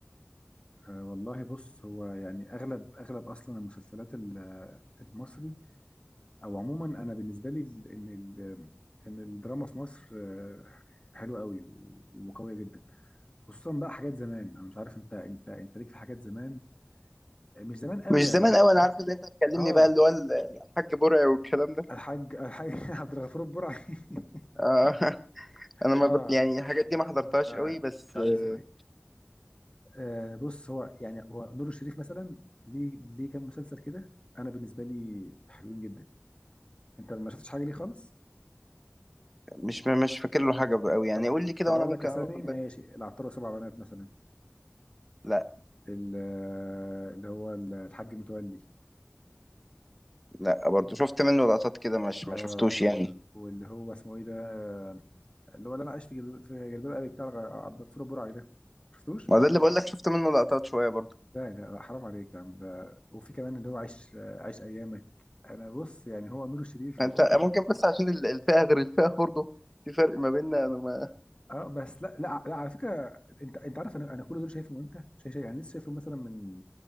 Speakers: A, on the left; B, in the centre.
A: أه والله بص هو يعني اغلب اغلب اصلا المسلسلات ال- آه، المصري او عموما انا بالنسبه لي ال- ان ال- ان الدراما في مصر آه، حلوه قوي و- وقويه جدا خصوصا بقى حاجات زمان انا مش عارف انت انت انت ليك في حاجات زمان مش زمان قوي
B: مش زمان
A: يعني مش
B: قوي انا عارف ان انت هتكلمني
A: اه
B: بقى اللي هو ال- الحاج برعي والكلام ده
A: الحاج الحاج <laughs> عبد الغفور البرعي <laughs>
B: آه <laughs> انا ما
A: اه
B: بت... يعني الحاجات دي ما حضرتهاش
A: انت
B: قوي بس
A: انت عارف
B: آه،
A: ازاي آه بص هو يعني هو نور الشريف مثلا ليه ليه كام مسلسل كده انا بالنسبه لي حلوين جدا انت ما شفتش حاجه ليه خالص
B: مش مش فاكر له حاجة قوي يعني
A: طب
B: قول لي كده
A: طب
B: وانا
A: اقول
B: ممكن
A: لك اسامي
B: اقول
A: ماشي
B: لك
A: العطار وسبع بنات مثلا
B: لا
A: ال- آه، اللي هو الحاج متولي
B: لا برضه شفت منه لقطات كده مش
A: اه
B: ما شفتوش يعني
A: واللي هو اسمه ايه ده آه، اللي هو اللي انا عايش في جلب- في جلباب ابي بتاع غ- عبد الغفور البرعي ده شفتوش
B: ما ده اللي بقول لك شفت منه لقطات شوية برضه
A: لا لا لا، حرام عليك يا عم ده وفي كمان اللي هو عايش آه، عايش ايامك انا بص يعني هو نور الشريف
B: انت
A: عموما
B: ممكن بس عشان ال- الفئة غير الفئة برضه في فرق ما بيننا انا
A: اه بس لا لا لا على فكره انت انت عارف انا انا كل دول شايفهم امتى؟ شايف شايف- يعني لسه شايفهم مثلا من